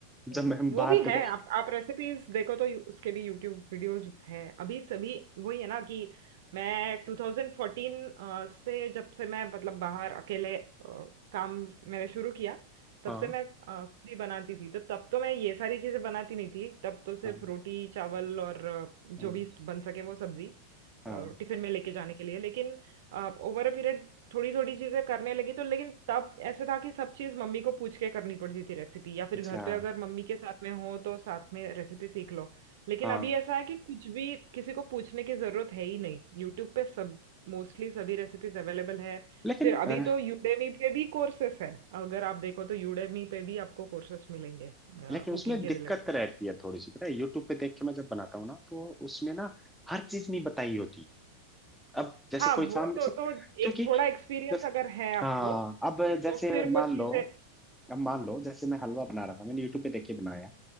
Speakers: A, in the centre; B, on the right.
A: जब
B: सही।
A: मैं
B: है।
A: हम
B: वो
A: बाहर
B: भी है
A: देखो
B: आप आप रेसिपीज देखो तो यू- उसके भी यूट्यूब वीडियोस हैं अभी सभी वही है ना कि मैं 2014 अ, से जब से मैं मतलब बाहर अकेले अ, काम मैंने शुरू किया तब
A: हाँ
B: से मैं अ, खुद ही बनाती थी तो तब तो मैं ये सारी चीजें बनाती नहीं थी तब तो सिर्फ
A: हाँ
B: रोटी चावल और अ, जो
A: हाँ
B: भी बन सके वो सब्जी
A: हाँ,
B: अ, टिफिन में लेके जाने के लिए लेकिन ओवर अ पीरियड थोड़ी थोड़ी चीजें करने लगी तो लेकिन तब ऐसे था कि सब चीज मम्मी को पूछ के करनी पड़ती थी रेसिपी या फिर
A: अच्छा
B: घर पे अगर मम्मी के साथ में हो तो साथ में रेसिपी सीख लो लेकिन
A: हाँ
B: अभी ऐसा है कि कुछ भी किसी को पूछने की जरूरत है ही नहीं यूट्यूब पे सब मोस्टली सभी रेसिपीज अवेलेबल है
A: लेकिन
B: फिर अभी
A: अ,
B: तो यूडेमी पे भी कोर्सेस है अगर आप देखो तो यूडेमी पे भी आपको कोर्सेस मिलेंगे
A: लेकिन
B: कुकिंग
A: उसमें
B: के
A: दिक्कत
B: रिलेटेड
A: रहती है थोड़ी सी पता है यूट्यूब पे देख के मैं जब बनाता हूँ ना तो उसमें ना हर चीज नहीं बताई होती अब जैसे
B: हाँ
A: कोई
B: वो
A: सामने
B: तो
A: से
B: तो
A: क्योंकि
B: एक थोड़ा एक्सपीरियंस
A: जैसे
B: अगर है आपको
A: हाँ अब जैसे
B: तो फिर
A: मान
B: वो चीजें
A: लो अब मान लो जैसे मैं हलवा बना रहा था मैंने यूट्यूब पे देख के बनाया